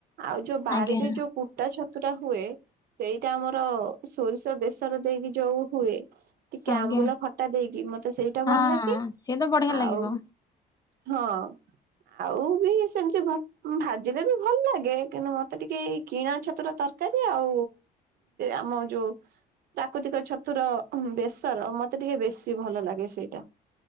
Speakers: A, on the right; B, on the left.
A: ଆଉ ଯୋଉ ବାଡିରେ
B: ଆଜ୍ଞା।
A: ଯୋଉ କୁଟା ଛତୁ ଛତୁ ଟା ହୁଏ ସେଇଟା ଆମର ସୋରିଷ ବେସର ଦେଇକି ଯୋଉ ହୁଏ। ଟିକେ
B: ଆଜ୍ଞା
A: ଆମ୍ବୁଲ ଖଟା ଦେଇକି ମତେ ସେଇଟା
B: ହଁ
A: ଭଲ ଲାଗେ।
B: ସିଏ ତ ବଢିଆ
A: ଆଉ
B: ଲାଗିବ
A: ହଁ। ଆଉ ବି ସେମିତି ଭ ଭାଜିଲେ ବି ଭଲ ଲାଗେ। କିନ୍ତୁ ମତେ ଟିକେ ଏଇ କିଣା ଛତୁର ତ ତରକାରୀ ଆଉ ଆମ ଯୋଉ ପ୍ରାକୃତିକ ଛତୁର ବେସର ମତେ ଟିକେ ବେଶୀ ଭଲ ଲାଗେ ସେଇ।